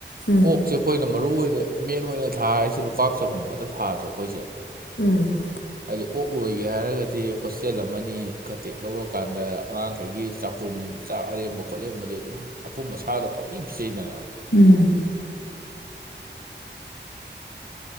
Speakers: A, on the left (about 75°); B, on the right (about 50°).
A: ꯎꯝ
B: ꯑꯣꯛꯁꯦ ꯑꯩꯈꯣꯏꯅ ꯃꯔꯨ ꯑꯣꯏꯅ ꯃꯦꯟ ꯑꯣꯏꯅ ꯊꯥꯔꯤꯁꯦ ꯂꯨꯀꯥꯛ ꯆꯥꯛꯈꯨꯝ ꯉꯥꯛꯇ ꯊꯥꯗ꯭ꯔꯣ ꯑꯩꯈꯣꯏꯁꯦ
A: ꯎꯟ
B: ꯍꯥꯏꯗꯤ ꯑꯣꯛ ꯂꯣꯏꯒꯦ ꯍꯥꯏꯔꯒꯗꯤ ꯍꯣꯁꯇꯦꯜ ꯑꯃꯅꯤ ꯀꯟꯠꯦꯛ ꯂꯧꯔꯀꯥꯟꯗ ꯑꯉꯥꯡꯈꯩꯒꯤ ꯆꯥꯛꯈꯨꯝ ꯆꯥꯛ ꯑꯔꯦꯝꯕ ꯈꯣꯠꯂꯦꯝꯕꯗꯣ ꯑꯗꯨꯝ ꯑꯄꯨꯝ ꯑꯆꯥ ꯗꯣꯍ ꯄꯥꯡꯄꯤ ꯄꯤ ꯖꯩꯗꯅ
A: ꯎꯝ